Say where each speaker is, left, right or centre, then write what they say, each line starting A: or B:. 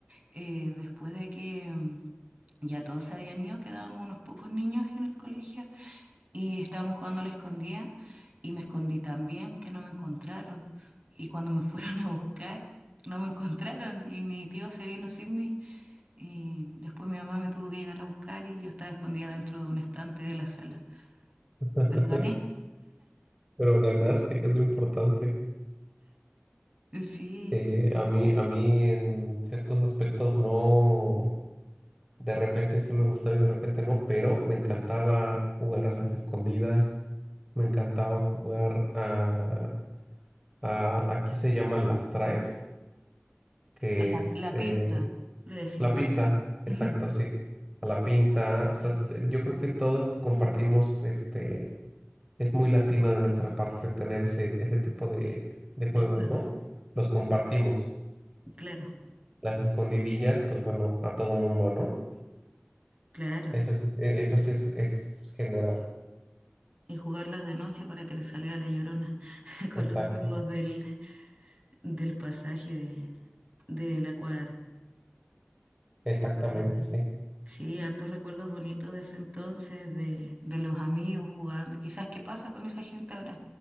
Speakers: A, on the right; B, on the right.
A: eh, después de que mm, ya todos se habían ido, quedábamos unos pocos niños en el colegio y estábamos jugando a la escondida y me escondí también, que no me encontraron. Y cuando me <laughs> fueron a buscar, no me encontraron y mi tío se vino sin mí. Y después mi mamá me tuvo que llegar a buscar y yo estaba escondida dentro de un estante de la sala.
B: <laughs>
A: Pero gané,
B: Pero ganaste, que es lo importante.
A: sí,
B: Eh, a mí, a mí en ciertos aspectos no, de repente sí me gustaba y de repente no, pero me encantaba jugar a las escondidas, me encantaba jugar a, a aquí se llama las traes, que
A: con la,
B: es
A: la
B: eh,
A: pinta, le decimos
B: la pinta,
A: acá, <laughs>
B: exacto,
A: Ujú,
B: sí, a la pinta. O sea, yo creo que todos compartimos este es muy latina de nuestra parte tener ese, ese tipo de, de juegos,
A: de juegos,
B: ¿no? Los compartimos.
A: claro,
B: Las escondidillas, pues bueno, a todo mundo, ¿no?
A: claro.
B: Eso sí, es- e- eso sí es, es general.
A: Y jugarlas de noche para que te saliera la llorona <laughs> con
B: Exacto,
A: los amigos del, del pasaje de, de la cuadra.
B: exactamente,
A: Y
B: sí.
A: sí, hartos recuerdos bonitos de ese entonces, de, de los amigos jugando. Quizás, ¿qué pasa con esa gente ahora?